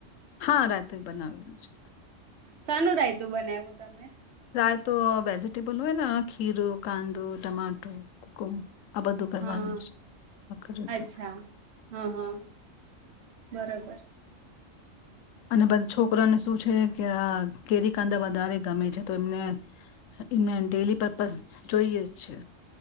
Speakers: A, on the left; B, on the right.
A: હા રાત્ર બનાવેલું છે.
B: સાનું રાયતું બનાવું તમે.
A: રાયતો વેજીિટેબલ હોય ખીરો કાંદો ટમાટો કુકુમ આ બધું કરવારવાનું
B: હા
A: છે આખર હતું.
B: અચ્છા હા હા બરોબર.
A: અને બધા છોકરાને શું છે કે આ કેરી કાંદા વધારે ગમે છે તો એમને એમને ડેલી પર્પઝ જોઈએ જ છે.